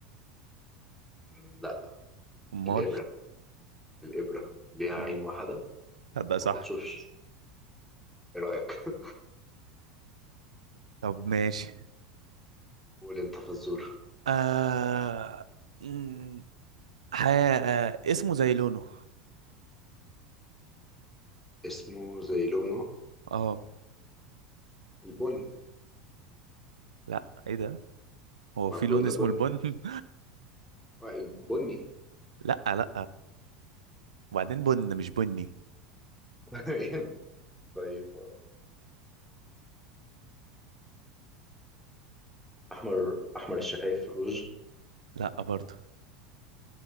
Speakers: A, in the centre; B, on the right (about 70°).
A: م، لا
B: امال
A: الإبرة الإبرة ليها
B: مم.
A: عين واحدة
B: تصدق
A: وما
B: صح
A: بتشوفش إيه رأيك؟ <laughs>
B: طب ماشي
A: قول أنت فزور
B: آه... مم، حياة آه... اسمه زي لونه
A: اسمه زي لونه
B: اه
A: البني
B: لا ايه ده هو
A: ما
B: في
A: البن
B: لون اسمه
A: بني
B: البن
A: آه، بني
B: <laughs> لا لا وبعدين بن مش بني
A: <laughs> طيب أحمر أحمر الشفايف في الروج
B: لا برضه